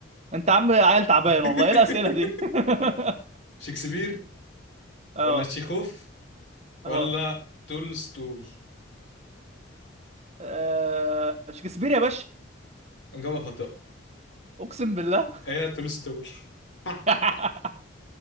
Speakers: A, on the right; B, on the left.
A: انت عم عيل تعبان
B: <laughs>
A: والله ايه الاسئله دي <laughs>
B: شكسبير
A: اه
B: ولا تشيخوف ولا
A: اه
B: تولستوي
A: آه، شكسبير يا باشا
B: اجابه خاطئه
A: اقسم بالله
B: ايه تولستوي <laughs>
A: <laughs>